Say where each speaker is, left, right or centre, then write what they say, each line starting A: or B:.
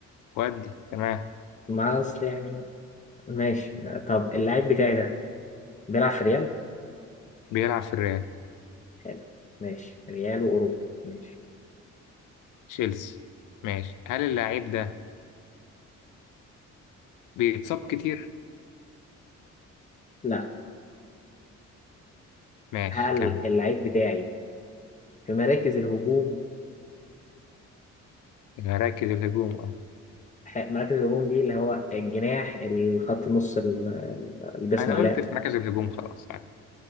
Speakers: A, on the left (about 85°); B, on the left (about 25°).
A: ودي تمام
B: ما اصل يعني ماشي طب اللاعب بتاعي ده بيلعب في ريال
A: بيلعب في الريال
B: حلو ماشي ريال واوروبا ماشي
A: تشيلسي ماشي هل اللاعب ده بيتصاب كتير؟
B: لا
A: ماشي
B: هل
A: كمل
B: اللاعب بتاعي في مراكز الهجوم
A: في مراكز الهجوم اه
B: ح- مراكز الهجوم دي اللي هو الجناح الخط النص ال- ال- اللي بيصنع
A: انا قلت
B: لعب
A: في مركز الهجوم خلاص يعني.